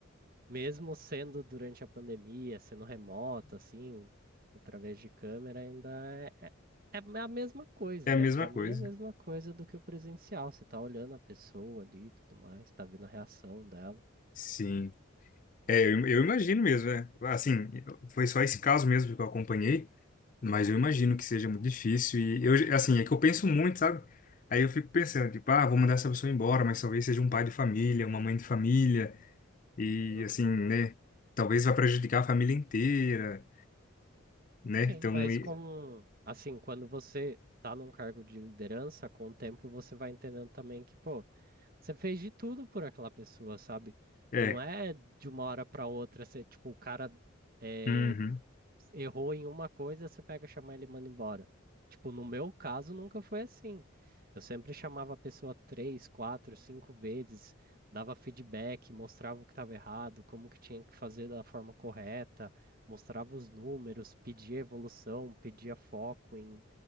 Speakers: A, on the right; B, on the left.
A: Mesmo sendo durante a pandemia, sendo remoto, assim, através de câmera, ainda é, é é a mesma coisa,
B: É
A: né?
B: a mesma
A: Para
B: coisa.
A: mim é a mesma coisa do que o presencial. Você tá olhando a pessoa ali e tudo mais, tá vendo a reação dela.
B: Sim. É, eu, eu imagino mesmo, é. Assim, foi só esse caso mesmo que eu acompanhei, mas eu imagino que seja muito difícil. E eu, assim, é que eu penso muito, sabe? Aí eu fico pensando, tipo, ah, vou mandar essa pessoa embora, mas talvez seja um pai de família, uma mãe de família, e
A: Uhum.
B: assim, né? Talvez vá prejudicar a família inteira, né?
A: Sim,
B: Então,
A: mas
B: e-
A: com, assim, quando você tá num cargo de liderança, com o tempo você vai entendendo também que, pô, você fez de tudo por aquela pessoa, sabe?
B: é.
A: Não é de uma hora pra outra, você, tipo, o cara eh,
B: Uhum.
A: errou em uma coisa, você pega, chama ele e manda embora. Tipo, no meu caso, nunca foi assim. Eu sempre chamava a pessoa três, quatro, cinco vezes, dava feedback, mostrava o que estava errado, como que tinha que fazer da forma correta, mostrava os números, pedia evolução, pedia foco em,